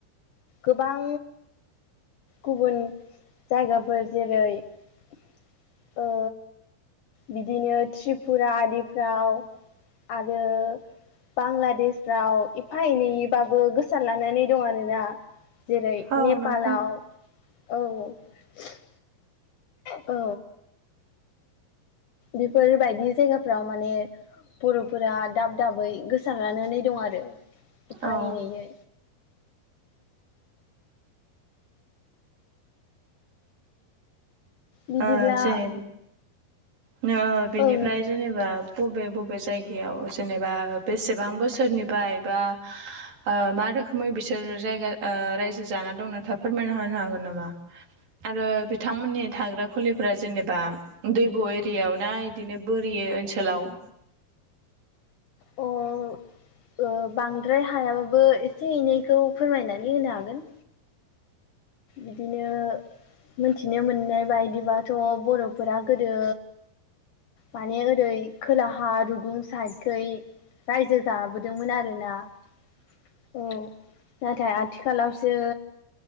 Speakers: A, on the left; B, on the right.
A: गोबां गुबुन जायगा फोर जेरै ओ बिदिनो त्रिपुरा आरिफ्राव आरो बांलादेशफ्राव एफा एनैबाबो गोसार लानानै दं आरोना। जेरै
B: औ
A: नेपालाव,
B: नोंथां
A: औ औ। औ। बेफोरबायदि जायगाफ्राव माने बर'फोरा दाब दाबै गोसारलानानै दं आरो एफा
B: औ
A: एनैयै। बिदिब्ला
B: ओ जेने नो बेनिफ्राय
A: औ नों
B: जेनेबा बबे बबे जायगायाव जेनेबा बेसेबां बोसोरनिफाय बा ओ मा रोखोमै बिसोर जायगा ओ रायजो जा ना दं नोंथांङा फोरमायना होनो हागोन नामा आरो बिथांमोननि थाग्रा खुलिफ्रा जेनेबा दैब एरियायाव ना इदिनो बोरियो ओनसोलाव
A: अ। ओ बांद्राय हायाबाबो एसे एनैखौ फोरमायनानै होनो हागोन। बिदिनो मोनथिनो मोननाय बायदिबाथ बर' फोरा गोदो माने ओरै खोलाहा रुगुं साइडखै रायजो जाबोदोंमोन आरोना औ नाथाय आथिखालावसो